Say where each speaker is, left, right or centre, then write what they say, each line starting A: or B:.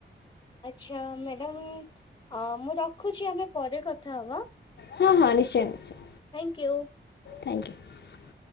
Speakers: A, on the left (about 25°); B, on the left (about 60°).
A: ଆଚ୍ଛା ମ୍ୟାଡ଼ାମ୍ ମୁଁ ରଖୁଛି ଆମେ ପରେ କଥା ହବା।
B: ହଁ ହଁ ନିଶ୍ଚୟ ନିଶ୍ଚୟ।
A: Thank you.
B: Thank you <inaudible>